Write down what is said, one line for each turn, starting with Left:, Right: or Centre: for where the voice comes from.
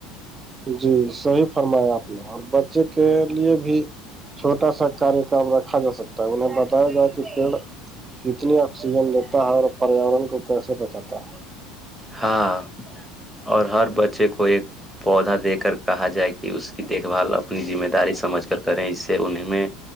Right: جی صحیح فرمایا آپ ہے اور بچے کے لیے بھی چھوٹا سا کاریہکم رکھا جا سکتا ہے انہیں بتایا جائے کہ پیڑ کتنی آکسیجن دیتا ہے اور پریاورن کو کیسے بچاتا ہے
Centre: ہاں اور ہر بچے کو ایک پودا دے کر کہا جائے کہ اس کی دیکھ بھال اپنی ذم داری سمجھ کر کریں اس سے ان میں